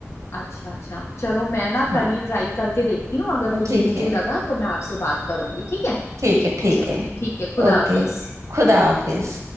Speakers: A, on the left; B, on the right.
A: اچھا اچھا چلو میں نہا کل
B: ہاں
A: ہی رائی کر کے دیکھ ہوں اگر کچھ
B: ٹھیک
A: مجھے
B: ہے
A: لگا تو میں آپ سے بات کروں گی ٹھیک ہے
B: ٹھیک ہے ٹھیک
A: چلیے
B: ہے
A: ٹھیک ہے خدا
B: اوکے
A: حافظ
B: خدا حافظ